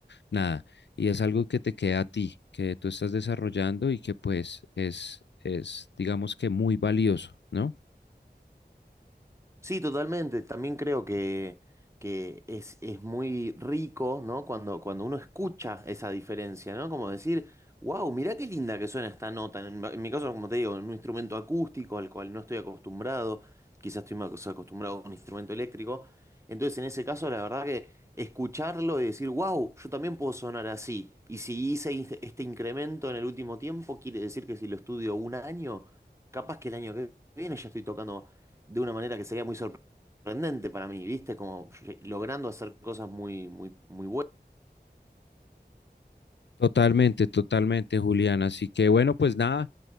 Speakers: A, on the left (about 85°); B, on the right (about 15°).
A: Nada. Y es algo que te queda a ti, que tú estás desarrollando y que pues es, es digamos que muy valioso, ¿no?
B: Sí, totalmente. También creo que, que es, es muy rico, ¿no? Cuando, cuando uno escucha esa diferencia, ¿no? Como decir, wow, mirá qué linda que suena esta nota. En, en mi caso, como te digo, en un instrumento acústico al cual no estoy acostumbrado, quizás estoy más acostumbrado a un instrumento eléctrico. Entonces, en ese caso, la verdad que escucharlo y decir, wow, yo también puedo sonar así. Y si hice in- este incremento en el último tiempo, quiere decir que si lo estudio un año, capaz que el año que viene ya estoy tocando de una manera que sería muy sorprendente para mí, ¿viste? Como eh, logrando hacer cosas muy, muy, muy buenas.
A: Totalmente, totalmente, Julián. Así que bueno, pues nada,